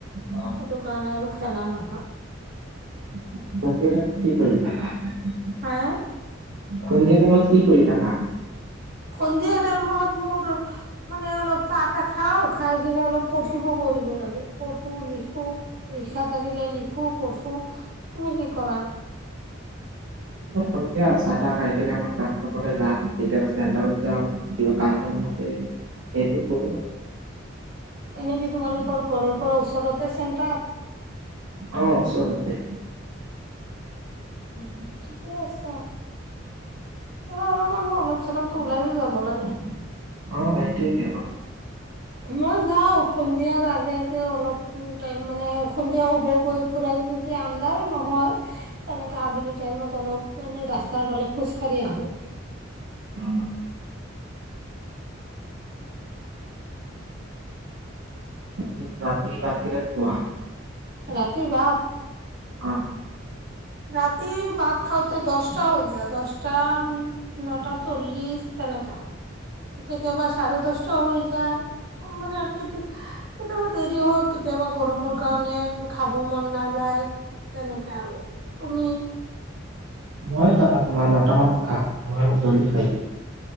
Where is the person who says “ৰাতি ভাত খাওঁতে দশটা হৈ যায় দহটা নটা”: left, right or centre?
Right